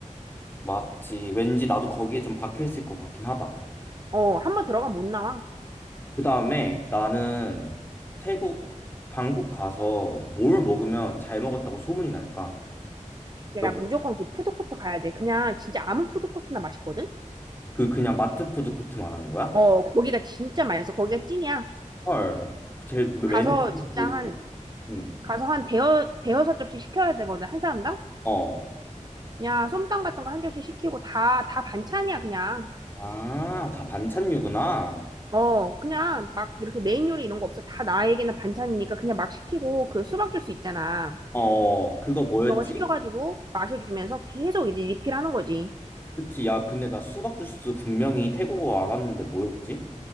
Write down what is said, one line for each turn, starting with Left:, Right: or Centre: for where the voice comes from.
Left: 맞지. 왠지 나도 거기에 좀 박혀 있을 것 같긴 하다.
Right: 어, 한 번 들어가면 못 나와.
Left: 그 다음에 나는 태국 방콕 가서 뭘 먹으면 잘 먹었다고 소문이 날까?
Right: 야,
Left: 너,
Right: 무조건 그 푸드코트 가야 돼. 그냥 진짜 아무 푸드코트나 맛있거든?
Left: 그 그냥 마트 푸드 코트 말하는 거야?
Right: 어, 거기가 진짜 맛있어. 거기가 찐이야.
Left: 헐. 제 메뉴
Right: 가서 진짜
Left: 뭐 있어?
Right: 한
Left: 응.
Right: 가서 한 대여 대여섯 접시 시켜야 되거든 한 사람당
Left: 어.
Right: 그냥 솜땅 같은 거 한 접시 시키고 다 다 반찬이야 그냥
Left: 아, 다 반찬류구나.
Right: 어 그냥 막 이렇게 메인 요리 이런 거 없어 다 나에게는 반찬이니까 그냥 막 시키고 그 수박 주스 있잖아
Left: 어, 어. 그거 뭐였지?
Right: 그런 거 시켜가지고 마셔주면서 계속 이제 리필하는 거지
Left: 그치, 야, 근데 나 수박 주스 분명히 태국어 알았는데 뭐였지?